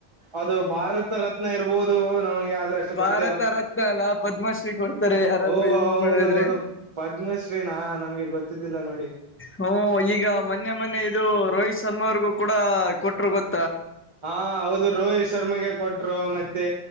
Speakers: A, on the right; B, on the left.
A: ಅದು ಭಾರತ ರತ್ನ ಇರಬಹದು ನಮ್ಗೆ ಆದ್ರೆ ಅಷ್ಟು ಗೊತ್ತ
B: ಭಾರತರತ್ನ ಅಲ್ಲ ಪದ್ಮಶ್ರೀ ಕೊಡ್ತಾರೆ ಯಾರಾದ್ರರು
A: ಓ
B: ಇದು
A: ಹೌದೌದು
B: ಮಾಡಿದ್ರೆ
A: ಪದ್ಮಶ್ರೀನಾ ನಮ್ಗೆ ಗೊತ್ತಿದ್ದಿಲ್ಲಾ ನೋಡಿ
B: ಹುಂ ಈಗ ಮೊನ್ನೆ ಮೊನ್ನೇ ಇದು ರೋಹಿತ್ ಶರ್ಮಾ ಅವ್ರಿಗೂ ಕೂಡ ಕೊಟ್ಟರು ಗೊತ್ತ
A: ಹಾ ಹೌದು ರೋಹಿತ್ ಶರ್ಮಗೆ ಕೊಟ್ರು ಮತ್ತೆ